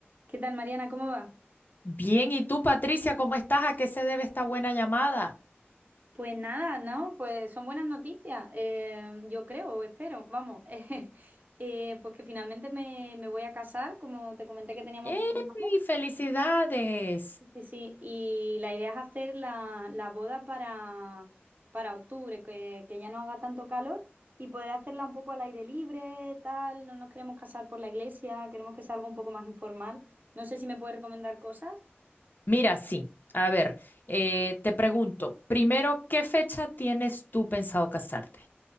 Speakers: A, on the right; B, on the left.
A: ¿Qué tal, Mariana? ¿Cómo va?
B: Bien, ¿y tú, Patricia, cómo estás? ¿A qué se debe esta buena llamada?
A: Pues nada, ¿no? Pues son buenas noticias, eh, yo creo, o espero, vamos. <laughs> Eh, pues que finalmente me, me voy a casar, como te comenté que teníamos
B: ¡Ey!
A: planeado.
B: ¡Felicidades!
A: Sí, sí, sí. y la idea es hacer la, la boda para, para octubre, que, que ya no haga tanto calor y poder hacerla un poco al aire libre, tal. No nos queremos casar por la iglesia, queremos que sea algo un poco más informal. No sé si me puedes recomendar cosas.
B: Mira, sí. A ver, eh, te pregunto, primero, ¿qué fecha tienes tú pensado casarte?